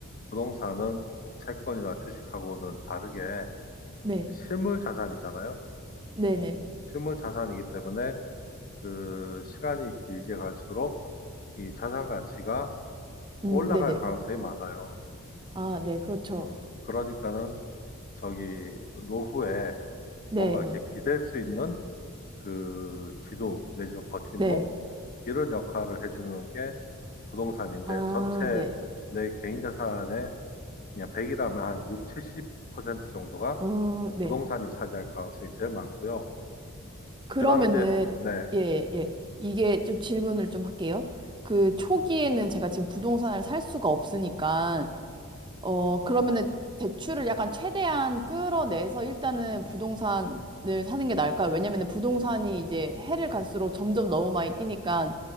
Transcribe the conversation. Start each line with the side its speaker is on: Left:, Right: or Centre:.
Left: 부동산은 채권이나 주식하고는 다르게
Right: 네,
Left: 실물 자산이잖아요.
Right: 네네.
Left: 실물 자산이기 때문에 그 시간이 길게 갈수록 이 자산 가치가
Right: 음,
Left: 올라갈
Right: 네네.
Left: 가능성이 많아요.
Right: 아, 네, 그렇죠.
Left: 어, 그러니까는 저기 노후에
Right: 네네.
Left: 뭔가 이렇게 기댈 수 있는 그 기둥 내지는 버팀목
Right: 네.
Left: 이런 역할을 해주는 게 부동산인데
Right: 아,
Left: 전체
Right: 네.
Left: 내 개인 자산의 그냥 100이라면 한 6, 70% 정도가
Right: 어, 네.
Left: 부동산이 차지할 가능성이 제일 많고요.
Right: 그러면은,
Left: 그다음에 이제 네,
Right: 예, 예. 이게 좀 질문을 좀 할게요. 그 초기에는 제가 지금 부동산을 살 수가 없으니까, 어, 그러면은 대출을 약간 최대한 끌어내서 일단은 부동산을 사는 게 나을까요? 왜냐면은 부동산이 이제 해를 갈수록 점점 너무 많이 뛰니까